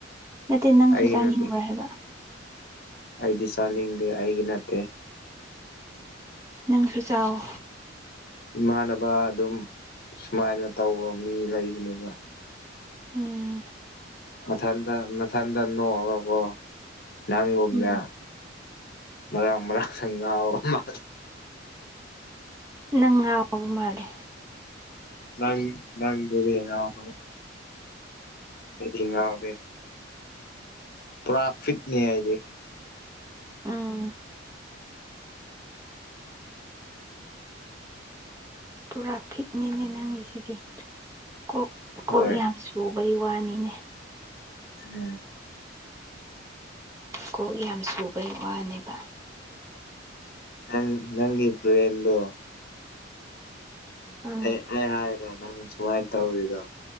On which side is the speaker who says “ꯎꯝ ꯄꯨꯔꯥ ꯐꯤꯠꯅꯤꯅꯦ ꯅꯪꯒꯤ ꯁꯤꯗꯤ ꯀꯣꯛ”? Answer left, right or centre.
Right